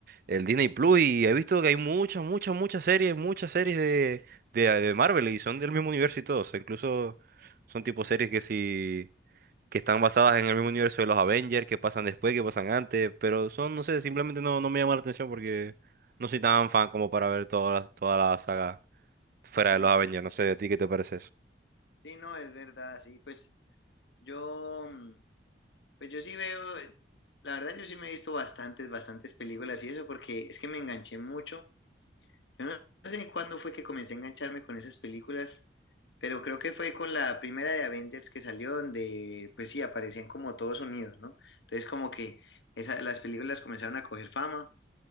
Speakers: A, on the right (about 50°); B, on the left (about 80°).
A: el Disney Plus y he visto que hay muchas, muchas, muchas series, muchas series de, de, de Marvel y son del mismo universo y todo. O sea, incluso son tipo series que si que están basadas en el mismo universo de los Avengers, que pasan después, que pasan antes, pero son, no sé, simplemente no, no me llama la atención porque no soy tan fan como para ver toda la, toda la saga fuera
B: sí,
A: de los Avengers,
B: sí,
A: no sé, ¿a ti qué te parece eso?
B: sí, no, es verdad, sí, pues yo, mm, pues yo sí veo, la verdad yo sí me he visto bastantes, bastantes películas y eso, porque es que me enganché mucho Yo no sé cuándo fue que comencé a engancharme con esas películas, pero creo que fue con la primera de Avengers que salió, donde pues sí, aparecían como todos unidos, ¿no? Entonces como que esa- las películas comenzaron a coger fama